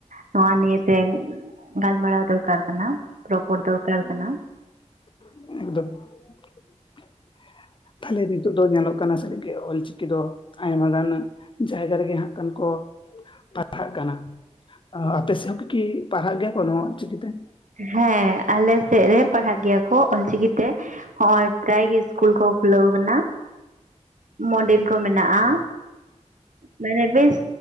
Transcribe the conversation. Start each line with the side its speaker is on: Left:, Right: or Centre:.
Right: ᱱᱚᱣᱟ ᱱᱤᱭᱮ ᱛᱮ ᱜᱟᱞᱢᱟᱨᱟᱣ ᱫᱚᱨᱠᱟᱨ ᱠᱟᱱᱟ ᱨᱚᱯᱚᱲ ᱫᱚᱨᱠᱟᱨ ᱠᱟᱱᱟ
Left: <unintelligible> ᱛᱟᱦᱞᱮ <unintelligible> ᱱᱤᱛᱚᱜ ᱧᱮᱞᱚᱜ ᱠᱟᱱᱟ ᱥᱟᱹᱨᱤᱜᱮ ᱚᱞ ᱪᱤᱠᱤ ᱫᱚ ᱟᱭᱢᱟ ᱜᱟᱱ ᱡᱟᱭᱜᱟ ᱨᱮᱜᱮ ᱦᱟᱸᱜ ᱠᱷᱟᱱ ᱠᱚ ᱯᱟᱲᱦᱟᱜ ᱠᱟᱱᱟ ᱟᱯᱮ ᱥᱮᱫ ᱦᱚᱸᱠᱤ ᱯᱟᱲᱦᱟᱜ ᱜᱮᱭᱟ ᱠᱚ ᱱᱚᱣᱟ ᱚᱞ ᱪᱤᱠᱤ ᱛᱮ
Right: ᱦᱮᱸ ᱟᱞᱮ ᱥᱮᱫ ᱨᱮ ᱯᱟᱲᱦᱟᱜ ᱜᱮᱭᱟ ᱠᱚ ᱚᱞᱪᱤᱠᱤ ᱛᱮ ᱦᱚᱭ ᱯᱨᱟᱭ ᱜᱮ ᱤᱥᱠᱩᱞ ᱠᱚ ᱠᱷᱩᱞᱟᱹᱣ ᱠᱟᱱᱟ ᱢᱚᱰᱮᱞ ᱠᱚ ᱢᱮᱱᱟᱜᱼᱟ ᱢᱟᱱᱮ ᱵᱮᱥ